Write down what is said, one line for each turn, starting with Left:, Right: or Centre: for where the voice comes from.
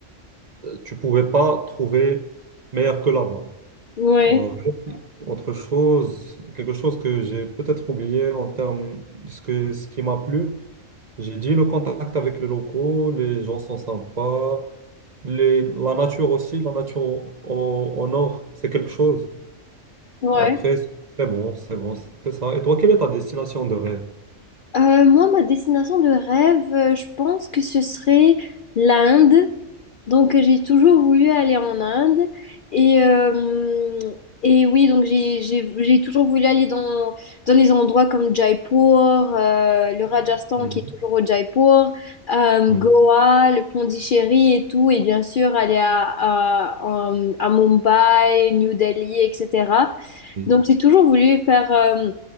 Right: tu pouvais pas trouver meilleur que là-bas.
Left: Ouais.
Right: Euh, autre chose, quelque chose que j'ai peut-être oublié en termes de ce que, ce qui m'a plu, j'ai dit le contact avec les locaux, les gens sont sympas, les, la nature aussi, la nature au, au- au nord, c'est quelque chose.
Left: Ouais.
Right: Après, c'est bon, c'est bon, c'est ça. Et toi, quelle est ta destination de rêve?
Left: Euh, moi, ma destination de rêve, euh, je pense que ce serait l'Inde. Donc, euh, j'ai toujours voulu aller en Inde. Et, euh, et oui, donc j'ai, j'ai, j'ai toujours voulu aller dans, dans les endroits comme Jaipur, euh, le Rajasthan
Right: Mhm.
Left: qui est toujours au Jaipur, euh,
Right: Oui,
Left: Goa, le Pondichéry et tout. Et bien sûr, aller à, à, à- à Mumbai, New Delhi, etc.
Right: oui.
Left: Donc, j'ai toujours voulu faire... euh,